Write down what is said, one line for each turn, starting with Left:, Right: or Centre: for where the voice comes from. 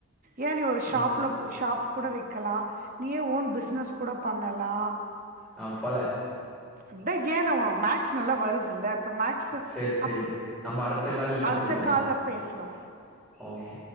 Right: ஏ நீ ஒரு ஷாப்ல
Centre: ம்
Right: ஷாப் கூட வெக்கலா நீயே ஓன் பிஸ்னஸ் கூட பண்ணலா
Centre: நா போல
Right: அத்தா ஏ டா ஒனக்கு மேக்ஸ் நல்லா வருதில்ல இப்ப மேக்ஸு
Centre: சேரி சேரி
Right: அப்
Centre: நம்ம அடுத்த காலில் சந்திப்போம்
Right: அடுத்த கால்ல பேசுலா
Centre: ஓகே